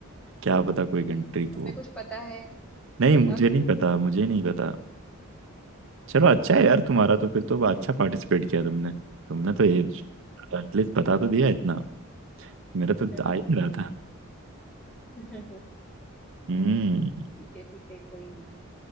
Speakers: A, on the right (about 60°); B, in the centre.
A: क्या पता कोई कंट्री
B: तुम्हें
A: हो
B: कुछ पता है तो
A: नहीं मुझे
B: बता दो
A: नहीं पता मुझे नहीं पता चलो
B: हम्म
A: अच्छा है यार तुम्हारा तो फिर तो अच्छा पार्टिसिपेट किया तुमने तुमने तो ये एटलीस्ट बता तो दिया इतना मेरा
B: हम्म।
A: तो आ ही नहीं रहा था
B: <laughs>
A: हम्म
B: ठीक है ठीक है कोई नहीं